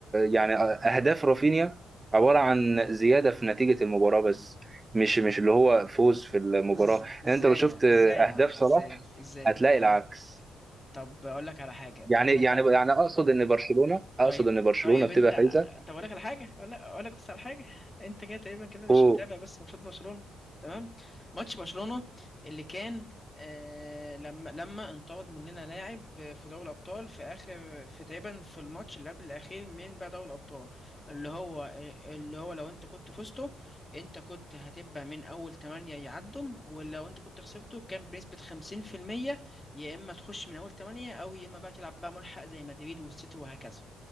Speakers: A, on the right; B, on the left.
A: يعني اهداف رافينيا عباره عن زياده في نتيجه المباراه بس مش مش اللي هو فوز في المباراه
B: إز- ازاي
A: يعني انت لو شفت
B: يعني
A: اهداف
B: ازاي يعني
A: صلاح
B: ازاي ازاي
A: هتلاقي
B: يعني
A: العكس
B: طب اقول لك على حاجه
A: يعني
B: طب انت
A: يعني يعني اقصد ان برشلونه اقصد
B: طيب
A: ان برشلونه
B: طيب
A: بتبقى
B: انت
A: فايزه
B: طب اقول لك على حاجه اقول لك اقول لك بس على حاجه <laughs> انت كده تقريبا كده مش
A: اوه
B: متابع بس ماتشات برشلونه تمام ماتش برشلونه اللي كان آه لما لما انطرد مننا لاعب في دوري الابطال في اخر في تقريبا في الماتش اللي قبل الاخير من بقى دوري الابطال اللي هو اللي هو لو انت كنت فزته انت كنت هتبقى من اول 8 يعدم ولو انت كنت خسرته كان بنسبه 50% يا اما تخش من اول 8 او يا اما بقى تلعب بقى ملحق زي مدريد والسيتي وهكذا